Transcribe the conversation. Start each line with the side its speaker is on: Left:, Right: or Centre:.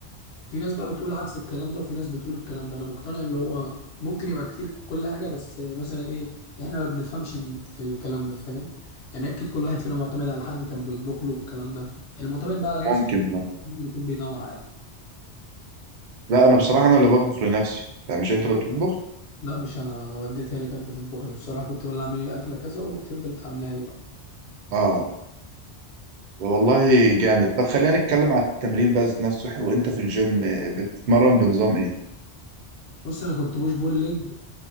Left: في ناس بقى بتقول عكس الكلام ده وفي ناس بتقول الكلام ده انا مقتنع اللي هو ممكن يبقى كتير كل حاجه بس مثلا ايه احنا ما بنفهمش في الكلام ده فاهم يعني اكيد كل واحد فينا معتمد على حد كان بيطبخ له الكلام ده المعتمد بقى على
Right: ممكن
Left: نفسه
Right: آه.
Left: ممكن يكون بينوع عادي
Right: لا انا بصراحة انا اللي بطبخ لنفسي لا مش انت اللي بتطبخ
Left: لا مش انا انا والدتي هي اللي كانت بتطبخ لي بصراحه كنت ولا اعملي لي اكله كذا وتفضل تعملها لي بقى
Right: اه والله جامد طب خلينا نتكلم على التمرين بس نفسه وانت في الجيم بتتمرن بنظام ايه
Left: بص انا كنت بوش بول ليج